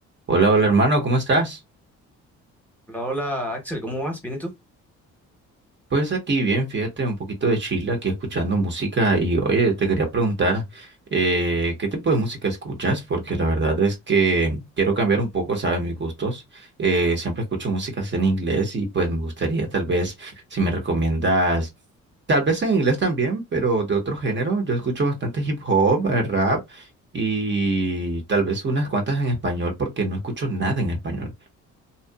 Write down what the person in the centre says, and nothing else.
Hola, hola Axel, ¿cómo vas? ¿Bien y tú?